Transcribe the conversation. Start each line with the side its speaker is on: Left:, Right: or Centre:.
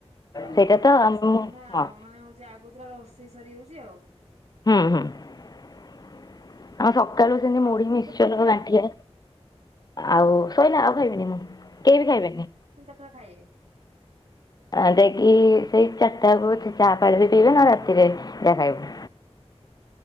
Right: ଓହୋ
Left: ସେଇଟା ତ ଆମ
Right: ସେଠୁ ମାନେ ଆଉ
Left: ହଁ
Right: ମାନେ ହଉଚି ଆଗତୁରା ରୋଷେଇ ସରିଯାଉଚି ଆଉ।
Left: ହୁଁ ହୁଁ ଆମ ସକାଳୁ ସେମିତି
Right: ଆଉ
Left: ମୁଢି
Right: ପୁଣି
Left: ମିକ୍ସଚରର
Right: କେତେବେଳେ ଖାଇବେ
Left: ଗାଣ୍ଠିଆ। ଆଉ ସଇଲା ଆଉ ଖାଇବିନି ମୁଁ କେହି ବି ଖାଇବେନି।
Right: ପୁରା ଖାଇଏ।
Left: ଆଉ ଯାଇକି ସେଇ ଚାରିଟାକୁ ଚାହା ପାଣି ବି ପିଇବେ ନା ରାତିରେ ଯାହା ଖାଇବେ।